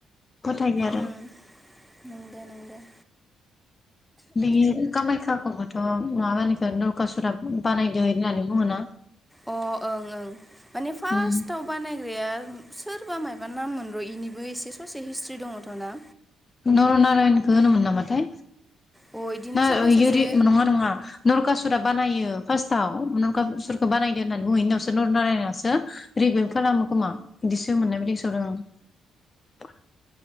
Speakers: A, on the left; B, in the centre.
A: फोथायो आरो
B: उम नोंगो नोंगो।
A: बि कामाख्याखौबो थ' माबानिखौ नरखासुरा बानायदो होननानै बुङोना?
B: अ' ओं ओं माने फार्स्टआव
A: उम
B: बानायग्राया सोरबा मायबा नाममोन र' इनिबो एसे ससे हिस्ट्रि दङथ' ना?
A: नरनारायनखौ होनोमोन नामाथाय
B: अ इदिनो
A: ना
B: सोरबा
A: इरि
B: सासे
A: नङा नङा नरखासु रा बानायो फार्सटआव नरखासुरखौ बानायदो होन्नानै बुङो इनि उनावसो नरनारायणसो रिभिबिल्ट खाल खालामो खोमा बिदिसो मोनाय बायदि गोसोआव दं आं।